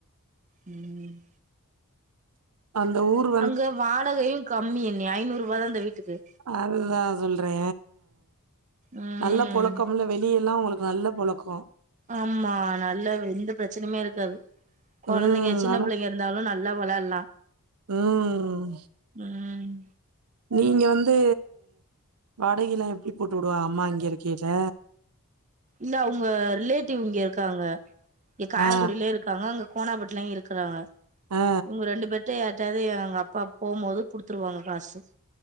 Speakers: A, on the right; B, on the right.
A: ம்
B: அந்த ஊரு
A: அங்க வாடகையு கம்மி அண்ணி ஐநூறு ரூபா தா இந்த வீட்டுக்கு
B: அதுதா சொல்றே
A: ம்
B: நல்ல பொல <unintelligible> வெளிய எல்லா உங்களுக்கு நல்ல பொழக்கோ
A: ஆமா நல்ல எந்த ப்ரெச்சனுமே இருக்காது கொழந்தைங்க
B: ம்
A: சின்ன
B: ஆனா
A: பிள்ளைங்க இருந்தாலு ந ல்லா வெளால்லா
B: ம்
A: ம்
B: நீங்க வந்து வாடகெல்லா எப்டி போட்டு வுடுவா அம்மா இங்க இருக்கீல
A: இந்த அவுங்க ரிலேட்டிவ் இங்க இருக்காங்க இ காரைக்குடிலே
B: ஆ
A: இருக் காங்க அங்க கோணாப்பட்லயு இருக்குறாங்க
B: ஆ
A: இவுங்க ரெண்டு பேர்ட்டையு யார்ட் டயாவ்து எங்க அப்பா போம்மோது குடுத்துருவாங்க காசு